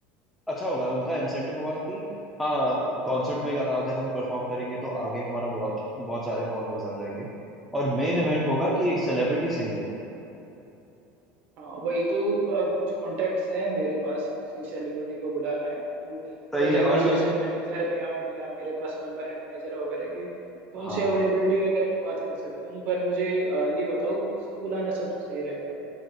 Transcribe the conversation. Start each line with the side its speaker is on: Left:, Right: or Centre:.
Centre: अच्छा होगा उनका इंसेंटिव होगा कि हाँ कॉन्सर्ट में अगर हम परफॉर्म करेंगे तो आगे हमारा बहुत बहुत सारे फॉलोअर्स आ जाएंगे और मेन इवेंट होगा कि
Right: हाँ हाँ।
Centre: एक सेलिब्रिटी सिंगर
Right: हाँ वही तो अ, कुछ कॉन्टेक्ट्स हैं मेरे पास किसी सेलिब्रिटी को बुलाना है तो
Centre: सही
Right: थोड़ा नेगोशिएशन
Centre: है और मैं
Right: मैनेजर भी है उनके मेरे पास नंबर है मैनेजर वगैरह के तो
Centre: हाँ
Right: उनसे अवेलेबिलिटी वगैरह की बात कर सकता हूँ पर मुझे अ, ये बताओ किसको बुलाना सबसे सही रहेगा